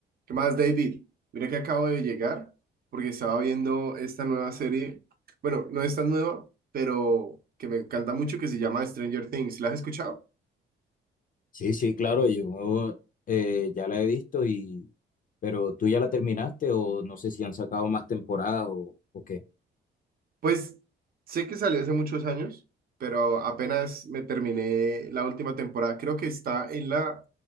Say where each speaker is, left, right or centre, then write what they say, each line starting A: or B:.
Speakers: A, on the right; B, on the left.
A: ¿Qué más, David? Mira que acabo de llegar porque estaba viendo esta nueva serie. Bueno, no es tan nueva, pero que me encanta mucho que se llama Stranger Things. ¿La has escuchado?
B: Sí, sí, claro, yo eh, ya la he visto y, pero tú ya la terminaste o no sé si han sacado más temporadas o, o qué.
A: Pues sé que salió hace muchos años, pero apenas me terminé la última temporada. Creo que está en la